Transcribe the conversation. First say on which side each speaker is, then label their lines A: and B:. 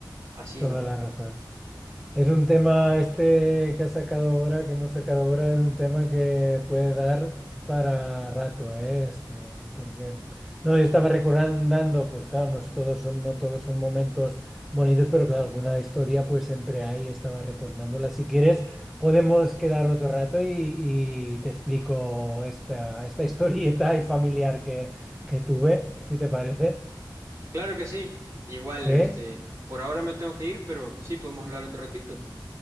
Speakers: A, on the right; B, in the centre.
A: Así,
B: toda
A: ¿no?
B: la razón. Es un tema este que has sacado ahora, que hemos sacado ahora, es un tema que puede dar para rato, ¿eh? Este, porque no, yo estaba recordando, pues claro, no es- todos son, no todos son momentos bonitos, pero claro, alguna historia pues siempre hay, estaba recordándola. Si quieres, podemos quedar otro rato y, y te explico esta, esta <laughs> historieta y familiar que, que tuve, si te parece.
A: Claro que sí. Igual,
B: Sí,
A: este, por ahora me tengo que ir, pero sí podemos hablar otro ratito.